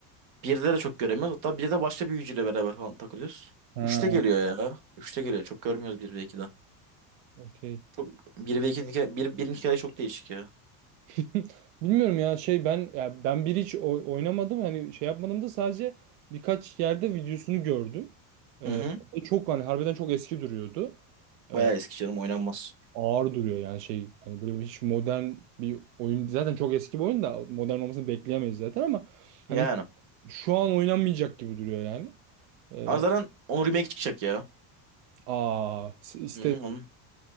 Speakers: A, on the right; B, on the right.
A: Birde de çok göremiyoruz. Hatta birde başka bir büyücüyle beraber falan takılıyoruz.
B: Ha,
A: Üçte geliyor ya. Üçte geliyor. Çok görmüyoruz bir ve ikide.
B: okey.
A: Çok, bir ve ikinin hikaye, bir, birinin hikaye çok değişik ya.
B: <laughs> Bilmiyorum ya şey ben ya ben bir hiç oy- oynamadım hani şey yapmadım da sadece birkaç yerde videosunu gördüm. Ee,
A: Hı hı.
B: ve çok hani harbiden çok eski duruyordu. Ee,
A: Bayağı eski canım oynanmaz.
B: ağır duruyor yani şey hani böyle hiç modern bir oyun zaten çok eski bir oyun da modern olmasını bekleyemeyiz zaten ama hani
A: Yani.
B: hiç şu an oynanmayacak gibi duruyor yani. Ee,
A: Ama zaten onun remake çıkacak ya.
B: aa iste
A: Hı hı. Onun,